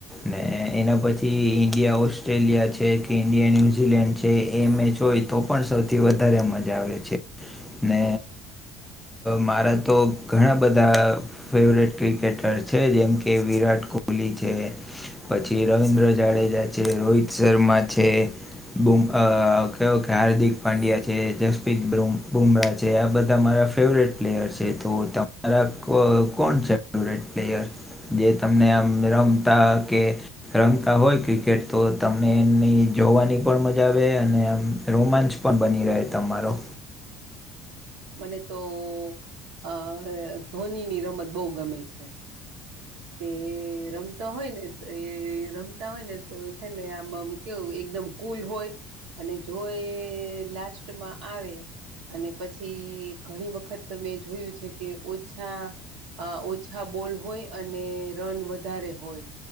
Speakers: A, in the centre; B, on the right.
A: ને એના પછી ઈન્ડિયા ઓસ્ટ્રેલિયા છે કે ઈન્ડિયા ન્યૂઝીલેન્ડ છે એ મેચ હોય તો પણ સૌથી વધારે મજા આવે છે ને મારા તો ઘણા બધા ફેવરેટ ક્રિકેટર છે જેમ કે વિરાટ કોહલી છે પછી રવિન્દ્ર જાડેજા છે રોહિત શર્મા છે બમ કવો કે હાર્દિક પાંડ્યા છે જસપ્રીિત બ્રૂમ બુમરા છે આ બધા મારા ફેવરેટ પ્લેયર છે તો તમારા કોણ છે ફેવરેટ પ્લેયર જે તમને આમ રમતા કે રમતા હોય ક્રિકેટ તો તમને એની જોવાની પણ મજા આવે અને આમ રોમાંચ પણ બની રહે તમારો
B: મને તો આ ધોનીની રમત બહુ ગમે છે તે રમતો હોય ને તો એ રમતા હોય ને તો હેને આમ આમ કેવું એકદમ કુલ હોય અને જો એ લાસ્ટમાં આવે અને પછી ઘણી વખત તમે જોયું છે કે ઓછા અ ઓ ઓછા બોલ હોય અને રન વધારે હોય